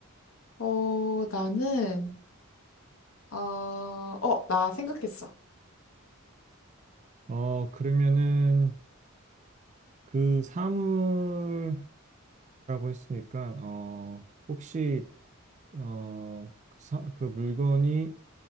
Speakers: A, on the left; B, on the right.
A: 어, 나는, 어, 어, 나 생각했어.
B: 어 그러면은 그 사물이라고 했으니까 어 혹시 어그 사 그 물건이